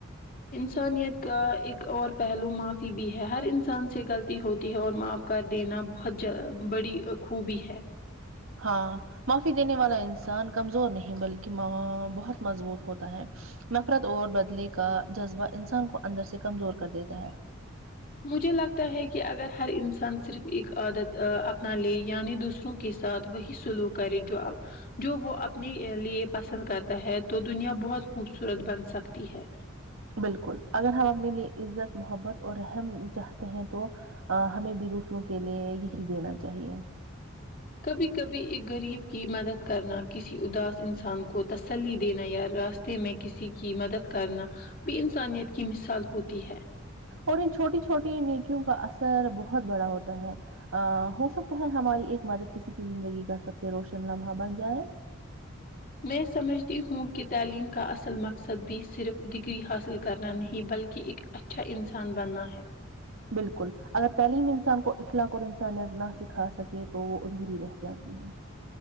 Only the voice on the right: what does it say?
ہاں معافی دینے والا انسان کمزور نہیں بلکہ بہت مضبوط ہوتا ہے نفرت اور بدلے کا جذبہ انسان کو اندر سے کمزور کر دیتا ہے
بالکل اگر ہم اپنے لیے عزت محبت اور رحم چاہتے ہیں تو ہمیں بھی دوسروں کے لیے یہی دینا چاہیے
اور ان چھوٹی چھوٹی نیکیوں کا اثر بہت بڑا ہوتا ہے ا ہو سکتا ہے ہماری ایک مدد کسی کی زندگی کا سب سے روشن لمحہ بن جائے
بالکل اگر تعلیم انسان کو اخلاق اور انسانیت نہ سکھا سکے تو وہ ادھوری رہ جاتی ہے